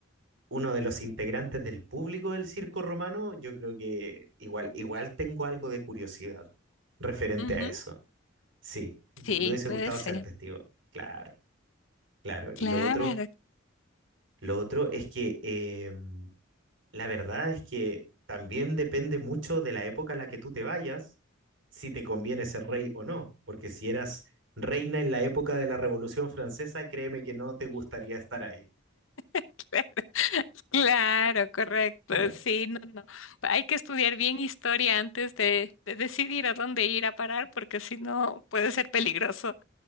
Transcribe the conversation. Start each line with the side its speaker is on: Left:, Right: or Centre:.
Right: uno de los integrantes del público del circo romano. Yo creo que igual, igual tengo algo de curiosidad referente
Left: Ujú.
Right: a eso. Sí, me
Left: Sí,
Right: hubiese
Left: puede
Right: gustado
Left: ser.
Right: ser testigo, claro, claro.
Left: Claro,
Right: Y lo otro, lo otro es que eh, La verdad es que también depende mucho de la época a la que tú te vayas, si te conviene ser rey o no, porque si eras reina en la época de la Revolución Francesa, créeme que no te gustaría estar ahí.
Left: <laughs> claro, claro, correcto.
Right: Claro,
Left: Sí, no, no. Hay que estudiar bien historia antes de, de decidir a dónde ir a parar, porque si no puede ser peligroso.